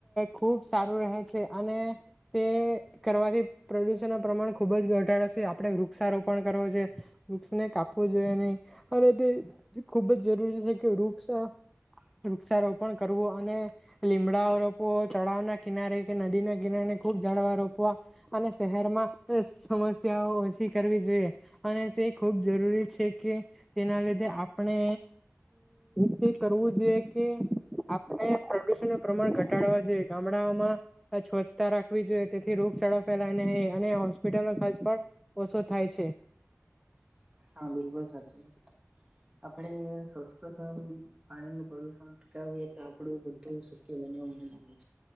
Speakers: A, in the centre; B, on the right.
A: ખુબ સારું રહે છે. અને તે કરવાથી પ્રદુષણ નુ પ્રમાણ ખુબ જ ઘટાડે છે. આપે વૃક્ષારોપણ કરવો જોઈએ. વૃક્ષો કાપવા જોઈએ નહી. અને તે ખુબ જ જરૂરી છે. કે વૃક્ષો.
B: <inaudible>
A: વૃક્ષારોપણ કરવું અને લીમડાઓ રોપવો તળાવના કિનારે, કે નદી ના કિનારે ખુબ ઝાડવાં રોપવા અને શહેરમાં સમસ્યાઓ ઓછી કરવી જોઈએ, અને તે ખૂબ જરૂરી છે. કે તેના લીધે આપણે કંઈક કરવું જોઈએ. <unintelligible> આપણે પ્રદુષણનું પ્રમાણ ઘટાડવા જોઈએ. ગામડાઓમાં સ્વચ્છતા રાખવી જોઈએ, તેથી રોગ ચાળો ફેલાય નહિ, અને હોસ્પિટલનો ખર્ચ પણ ઓછો થાય છે.
B: <inaudible> હા બિલકુલ સાચી આપણે સૌ પ્રથમ પાણીનું પ્રદુષણ અટકાવીએ તો આપણું બધું શક્ય બન્ બનાવીએ